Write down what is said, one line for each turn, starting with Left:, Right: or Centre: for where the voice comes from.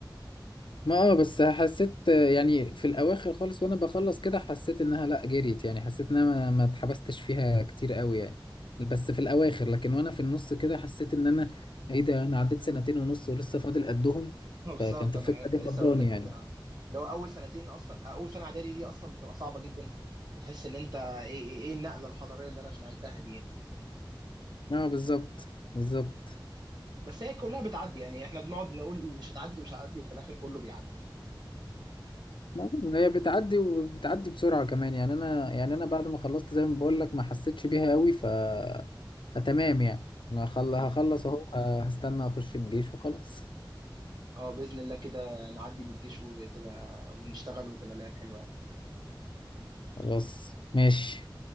Left: ما اه بس حسيت يعني في الاواخر خالص وانا بخلص كده حسيت انها لا جريت يعني حسيت انها ما, ما اتحبستش فيها كتير قوي يعني بس في الاواخر لكن وانا في النص كده حسيت ان انا ايه ده انا عديت سنتين ونص ولسه فاضل قدهم
Right: <laughs> بالظبط
Left: فكانت الفكرة
Right: انا كنت
Left: دي
Right: لسه
Left: فضاني
Right: اقول لك
Left: يعني
Right: كده لو اول سنتين اصلا اول سنه اعدادي دي اصلا بتبقى صعبه جدا وتحس ان انت ايه ايه إيه النقله الحضاريه اللي انا اتنقلتها دي يعني
Left: اه بالظبط بالظبط
Right: بس هي كلها بتعدي يعني احنا بنقعد نقول مش هتعدي مش هتعدي وفي الاخر كله بيعدي يعني
Left: ما هي بتعدي وبتعدي بسرعة كمان يعني انا يعني انا بعد ما خلصت زي ما بقول لك ما حسيتش بيها قوي ف فتمام يعني ما خل...
Right: مم.
Left: هخلص اهو هستنى اخش الجيش وخلاص
Right: اه باذن الله كده نعدي من الجيش وتبقى ونشتغل وتبقى الايام حلوه يعني.
Left: خلاص ماشي